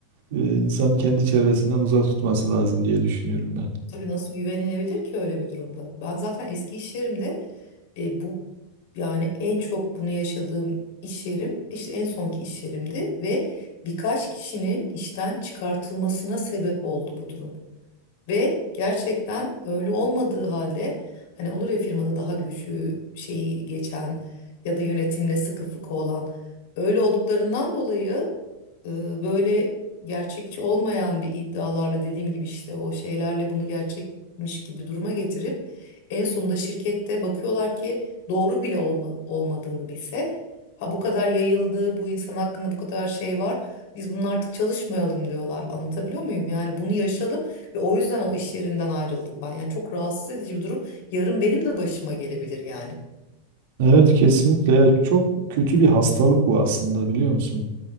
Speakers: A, on the right; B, on the left.
A: e, insanın kendi çevresinden uzak tutması lazım diye düşünüyorum ben.
B: Tabii nasıl güvenilebilir ki öyle bir durumda? Ben zaten eski iş yerimde e, bu yani en çok bunu yaşadığım iş yerim işte en sonki iş yerimdi ve birkaç kişinin işten çıkartılmasına sebep oldu bu durum. Ve gerçekten öyle olmadığı halde hani olur ya firmada daha güçlü şeyi geçen ya da yönetimle sıkı fıkı olan öyle olduklarından dolayı e, böyle gerçekçi olmayan bir iddialarla dediğim gibi işte o şeylerle bunu gerçekmiş gibi duruma getirip en sonunda şirkette bakıyorlar ki doğru bile olma- olmadığını bilse ha bu kadar yayıldı bu insan hakkında bu kadar şey var biz bunun artık çalışmayalım diyorlar anlatabiliyor muyum yani bunu yaşadım ve o yüzden o iş yerinden ayrıldım ben. Yani çok rahatsız edici bir durum. Yarın benim de başıma gelebilir yani.
A: Evet kesinlikle ya çok kötü bir hastalık bu aslında biliyor musun?